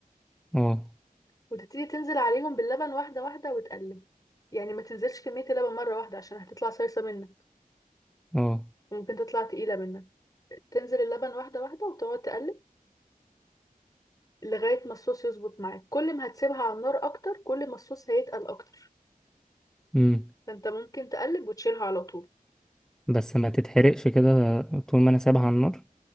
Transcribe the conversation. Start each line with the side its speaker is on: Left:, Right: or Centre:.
Centre: اه
Left: وتبتدي تنزل عليهم باللبن واحدة واحدة وتقلب يعني ما تنزلش كمية اللبن مرة واحدة عشان هتطلع صيصة منك
Centre: اه
Left: وممكن تطلع تقيلة منك تنزل اللبن واحدة واحدة وتقعد تقلب لغاية ما الصوص يظبط معاك كل ما هتسيبها على النار أكتر كل ما الصوص هيتقل أكتر
Centre: امم
Left: فأنت ممكن تقلب وتشيلها على طول
Centre: بس ما تتحرقش كده طول ما انا سايبها على النار